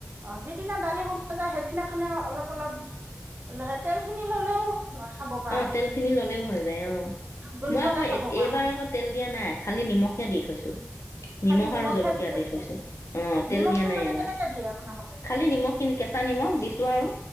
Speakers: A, on the right; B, on the left.
A: অ যিদিনা দালি বনোৱা সেইদিনাখনে অলপ অলপ লাহে তেলখিনি ল'লেও খাব প
B: অ তেল খিনি ললেও হৈ যায়, অ
A: গোন্ধতে
B: মই আকৌ
A: খাব পৰা
B: এইবাৰ তাৰ আকৌ তেল দিয়া নাই খালি নিমখে দি থৈছো। নিমখ
A: খালি নিমখে
B: আৰু জলকীয়া
A: থৈ
B: দি
A: দিছে
B: থৈছো। অ তেল
A: নিমখটো
B: দিয়া নাই
A: মানে
B: এইবাৰ।
A: কেনেকে দিয়ে আপোনালোকে
B: খালি নিমখখিনি কেঁচা নিমখ দিছো আৰু।